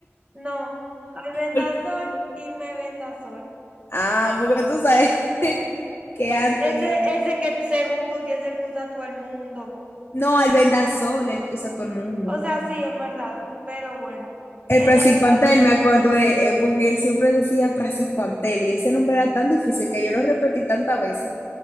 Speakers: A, on the right; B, on the left.
A: no. Albendazol
B: <laughs>
A: y mebendazol.
B: Ah, porque tú sabes <laughs> que Anthony.
A: Ese,
B: No,
A: ese que según tú sí es el que usa todo el mundo.
B: no, el vendasol, el que usa todo el mundo.
A: O sea, sí, en verdad, pero bueno.
B: El
A: Eh,
B: praziquantel, me acordé, eh, porque él siempre decía praziquantel y ese nombre era tan difícil que yo lo repetí tantas veces